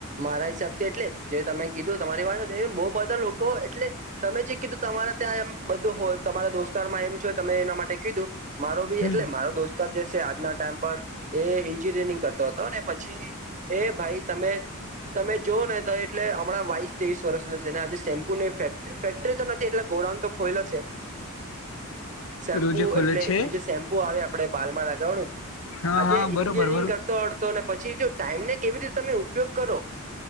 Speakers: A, on the right; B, on the left.
A: મારા હિસાબથી એટલે જે તમે કીધું તમારી વાત બહુ બધા લોકો એટલે તમે કીધું તમારે ત્યાં એમ બધું હોય તમારા દોસ્તારમાં એમ છ તમે એના માટે કીધું મારો બી
B: હમ
A: એટલે મારો દોસ્ત તર જશે આજના ટાઈમ પર એ એન્જિનિયરિંગ કરતો હતો અને પછી એ ભાઈ તમે તમે જો ને તો એટલે હમડા બાઇસ તેવીસ વર્ષનો છે આજે શેમ્પુ ની ફે ફેક્ટરી તો નથી એટલે ગોડાઉન તો ખોયલો છે શેમ્પુ
B: રોજે ખોલે
A: એટલે
B: છે
A: જે શેમ્પુ આવે આપણે બાલમાં લગાવાનું
B: હા
A: આજે
B: હા
A: એન્જિનિયરિંગ
B: બરોબર બરોબર
A: કરતો હડતો પછી જો ટાઈમ ને કેવી રીતે તમે ઉપયોગ કરો